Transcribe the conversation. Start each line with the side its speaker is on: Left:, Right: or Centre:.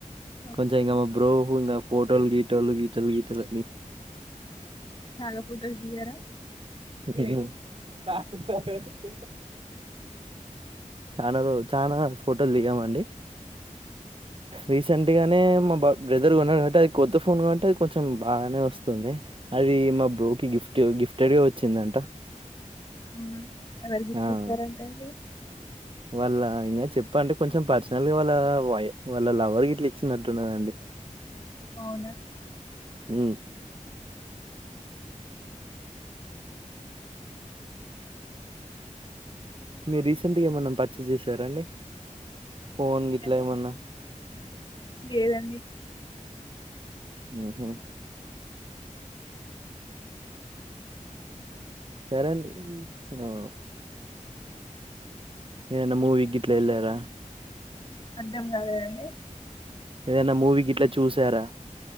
Left: ఓకే
Right: కొంచెం ఇంగ మా బ్రో ఇంకా ఫోటోలు గీటొలు గీతలు గీతలని
Left: చాలా ఫొటోస్ దిగారా
Right: హ్మ్ హ్మ్ హ్మ్ చానా రోజ్ చానా ఫోటోలు దిగామండి రీసెంట్ గానే మ బ బ్రదర్ కొన్నాడు కంటే అది కొత్త ఫోన్ కంటే అది కొంచెం బానే వస్తుంది అది మా బ్రోకి గిఫ్ట్ గిఫ్టెడ్ గా వచ్చిందంట
Left: అవునా ఎవరు గిఫ్ట్
Right: ఆ!
Left: ఇచ్చారంటా అండి
Right: వాళ్ళ ఇంగ చెప్పంటే కొంచెం పర్సనల్గా వాళ్ళ వాయ్ వాళ్ళ లవర్ గిట్ల ఇచ్చినట్టున్నదండి
Left: అవునా
Right: ఉమ్ మీరు రీసెంట్గా ఏమన్న పర్చేస్ చేసారా అండి ఫోన్ గిట్ల
Left: అండి
Right: ఏమన్న
Left: లేదండి
Right: మ్ హు సరే అండి నో ఏదన్న మూవిక్ గిట్ల ఎళ్లరా
Left: అర్థం గాలేదండి.
Right: ఏదన్న మూవీ గిట్లా చూసారా?